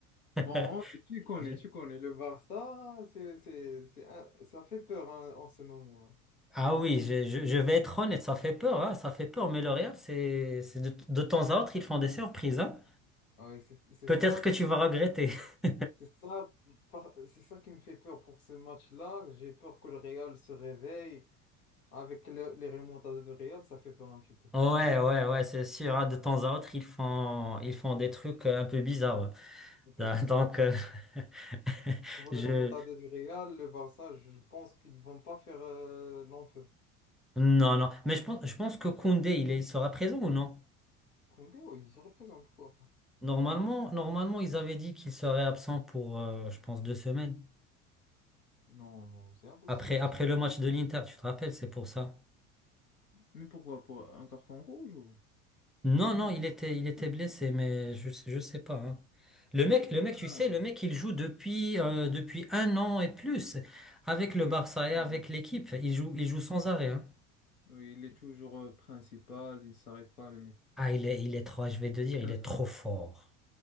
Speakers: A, in the centre; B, on the left.
A: <laughs>
B: Bon, on- tu connais,
A: J'ai-
B: tu connais. Le Barça, c'est, c'est, c'est un- ça fait peur hein, en ce moment-là.
A: Ah oui, je, je- je vais être honnête, ça fait peur, hein, ça fait peur. Mais le Real, c'est, c'est de, de temps à autre, ils font des surprises. hein.
B: Ouais, c'est c'est
A: Peut-être
B: ça,
A: que tu
B: qui-
A: vas regretter. <laughs>
B: c'est ça, par- c'est ça qui me fait peur pour ce match-là. J'ai peur que le Real se réveille. Avec le- les remontades de Real, ça fait peur un petit peu.
A: Ouais, ouais, ouais, c'est sûr. hein, De temps à autre, ils font, ils font des trucs euh, un peu bizarres.
B: Car
A: <laughs> Donc, euh, <laughs>
B: Si tu vois
A: je,
B: les remontades du Real, le Barça, je pense qu'ils vont pas faire euh, l'enfeu.
A: non, non. Mais je pense, je pense que Koundé, il est, il sera présent ou non?
B: Koundé, oui, il se représente, pourquoi pas?
A: Normalement, normalement, ils avaient dit qu'il serait absent pour, euh, je pense, deux semaines.
B: Non, non, c'est impossible.
A: Après, après le match de l'Inter, tu te rappelles, c'est pour ça.
B: Mais pourquoi? Pour un carton rouge ou?
A: Non, non,
B: Non.
A: il était, il était
B: il-
A: blessé,
B: il-
A: mais je, je sais pas. hein. Le mec, le
B: Ah,
A: mec, tu sais, le mec, il joue depuis, euh, depuis un an et plus avec le
B: oui,
A: Barça
B: sans
A: et avec
B: relâche.
A: l'équipe. Il joue, il joue sans arrêt. hein.
B: Oui, il est toujours euh, principal, il s'arrête pas, le mec.
A: Ah, il est, il est trop, je vais te
B: <laughs>
A: dire, il est trop fort.